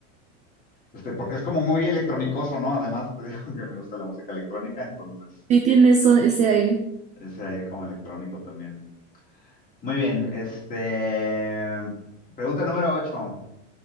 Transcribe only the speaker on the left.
Este, porque es como muy electrónicoso, ¿no? Además, te <laughs> digo que me gusta la música electrónica, entonces
ese aire como electrónico también. Muy bien, este. Pregunta número 8.